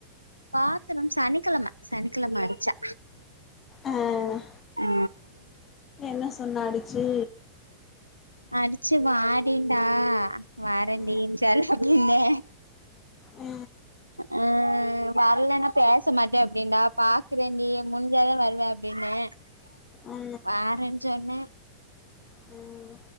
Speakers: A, on the right (about 85°); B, on the left (about 25°).
A: பாத்தரோனு சனிக்கிழம சனிக்கிழம அடிச்சா
B: அஹ்
A: ஆ
B: என்ன சொன்னா அடிச்சி
A: அடிச்சு வாடின்டா வரன்டினு
B: ஆ
A: சொல்ல வந்தே
B: ஆ
A: அஹ் வர்லனா பேச மாட்ட நா பாக்குறேன்டி முடிஞ்சாதா வருவேன் அப்புடின்னே
B: ஆ
A: வாறன் சொன்ன
B: ம்